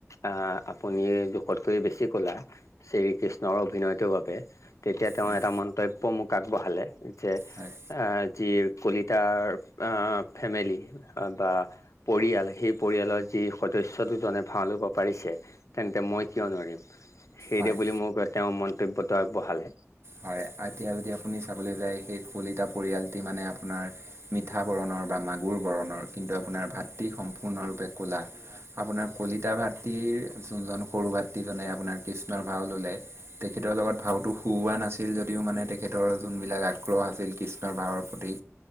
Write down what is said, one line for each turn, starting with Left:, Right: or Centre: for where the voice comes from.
Left: অ আপুনি জোখতকৈ বেছি ক'লা শ্ৰীকৃষ্ণৰ অভিনয়টোৰ বাবে। তেতিয়া তেওঁ
Right: হয়
Left: এটা মন্তব্য মোক আগবঢ়ালে যে
Right: হয়
Left: অ যি কলিতাৰ অ ফেমিলি বা পৰিয়াল সেই পৰিয়ালৰ যি সদস্য দুজনে ভাও লব পাৰিছে তেন্তে মই কিয় নোৱাৰিম, সেই
Right: হয়
Left: দেই বুলি মোক তেওঁ মন্তব্যটো আগবঢ়ালে।
Right: হয় এতিয়া যদি আপুনি চাবলৈ যায় সেই কলিতা পৰিয়ালটি মানে আপোনাৰ মিঠা বৰণৰ বা মাগুৰ বৰণৰ, কিন্তু আপোনাৰ ভাতৃ সম্পূৰ্ণৰূপে ক'লা। আপোনাৰ কলিতা ভাতৃৰ যোনজন সৰু ভাতৃজনে আপোনাৰ কৃষ্ণৰ ভাও ল'লে তেখেতৰ লগত ভাওতো শুওৱা না ছিল যদিও মানে তেখেতৰ যোনবিলাক আগ্ৰহ আছিল কৃষ্ণৰ ভাওৰ প্ৰতি